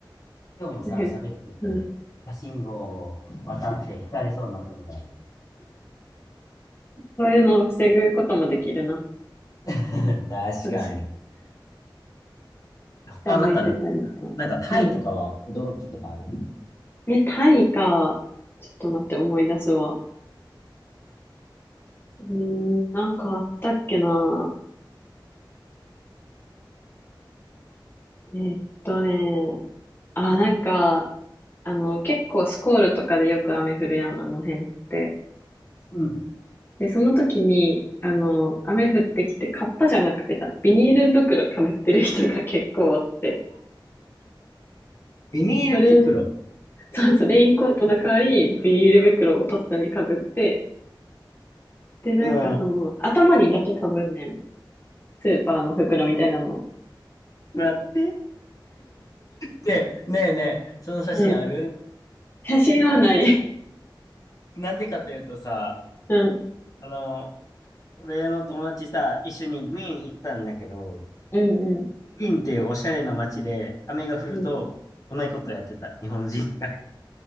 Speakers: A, on the left; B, on the left.
A: 今日もさ、
B: <laughs>
A: 喋ってて、
B: うん、
A: 赤信号を渡って引かれそうになったことある。
B: そういうのを防ぐこともできるな。
A: <laughs> 確かに。
B: よし下向いてたりしたの。
A: 他はなんか、なんかタイとかは驚きとかある
B: うん。え、タイか。ちょっと待って、思い出すわ。うーん、なんかあったっけな。えーっとね、あ、なんか、あの、結構スコールとかでよく雨降るやん、あの辺って。
A: うん。
B: で、その時に、あの、雨降ってきて、カッパじゃなくてさ、ビニール袋かぶってる人が <laughs> 結構あって、
A: ビニール袋
B: それ、そうそう、レインコートの代わり、ビニール袋をとっさにかぶって、で、なんかその、
A: うんも
B: 頭にだけかぶんねん。スーパーの袋みたいなのを。
A: らってで、ねえねえ、その写真ある
B: うん。写真はない。<laughs>
A: なんでかというとさ、
B: うん。
A: あの、俺の友達さ、一緒にグイーン行ったんだけど、
B: うん、うん、
A: グイーンっていうおしゃれな街で、雨が降ると、
B: うん。
A: 同じことやってた、日本人が。<laughs>